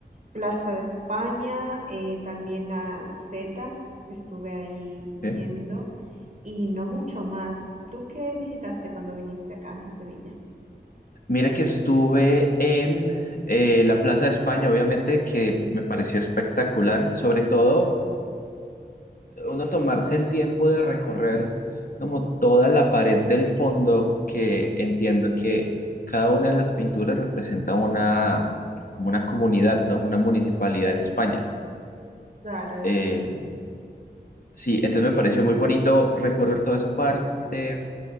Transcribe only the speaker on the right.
Plaza de España, eh, también las Zetas, estuve ahí viendo
y no mucho más. ¿Tú qué visitaste cuando viniste acá a Sevilla?
Ujú,
Claro, eso
es